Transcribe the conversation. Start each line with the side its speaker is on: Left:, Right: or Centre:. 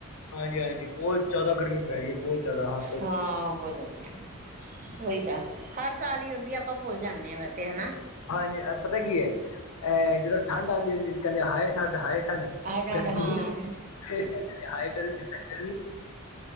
Left: ਹਾਂਜੀ- ਹਾਂਜੀ, ਬੌਤ ਜਾਦਾ ਗਰਮੀ ਪੈ ਰਈ ਐ ਬੌਤ ਜਾਦਾ ਹਦ
Right: ਹਾਂ <unintelligible> ਓਈ ਤਾਂ। ਹਰ ਸਾਲ ਈ ਹੁੰਦੀ ਐ, ਆਪਾਂ ਭੁੱਲ ਜਾਂਨੇ ਆਂ ਵੈਸੇ ਹਨਾ।
Left: ਹਾਂਜੀ, ਪਤਾ ਕੀ ਐ, ਅਹ ਜਦੋਂ ਠੰਡ ਆਂਦੀ ਸੀ। ਕੈੰਦੇ ਹਾਏ ਠੰਡ -ਹਾਏ ਠੰਡ
Right: ਆ ਜਾਂਦਾ
Left: <unintelligible>
Right: ਹਾਂ
Left: ਫੇਰ ਕੈੰਦੇ ਨੇ, ਹਾਏ ਗਰਮੀ- ਹਾਏ ਗਰਮੀ